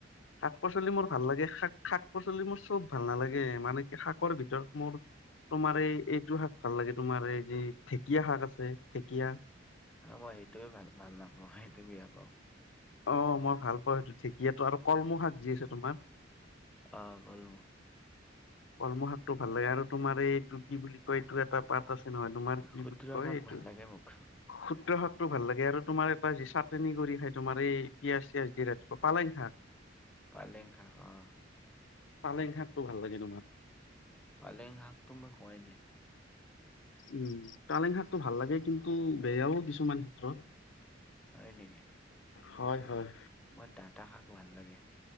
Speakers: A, on the left; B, in the centre.
A: শাক পাচলি মোৰ ভাল লাগে, শাক- শাক শাক পাচলি মোৰ চব ভাল নালাগে মানে কি শাকৰ ভিতৰত মোৰ তোমাৰ এই এইটো শাক ভাল লাগে তোমাৰ এই যে ঢেকীয়া শাক আছে ঢেকীয়া।
B: অঁ মই এইটোৱে ভাল-ভাল নাপাওঁ, সেইটো বেয়া পাওঁ।
A: অঁ মই ভাল পাওঁ সেইটো ঢেঁকীয়াটো আৰু কলমৌ শাক যি আছে তোমাৰ
B: অঁ কলমৌ।
A: কলমৌ শাকটো ভাল লাগে আৰু তোমাৰ এইটো কি বুলি কয় এইটো এটা পাত আছে নহয় তোমাৰ কি
B: খুতুৰা
A: বুলি কয়
B: শাক
A: এইটো
B: ভাল লাগে মোক
A: শুটোৰা শাকটো ভাল লাগে আৰু তোমাৰ এটা যি চাটনি কৰি খাই তোমাৰ এই পিয়াজ চিয়াজ দি ৰাতিপুৱা পালেং শাক।
B: পালেং শাক অঁ।
A: পালেং শাকটো ভাল লাগে তোমাৰ।
B: পালেং শাকটো মই খোৱাই নাই।
A: উম পালেং শাকটো ভাল লাগে কিন্তু বেয়াও কিছুমান ক্ষেত্ৰত।
B: হয় নেকি।
A: হয় -হয়।
B: মই ডাঠা শাক ভাল লাগে।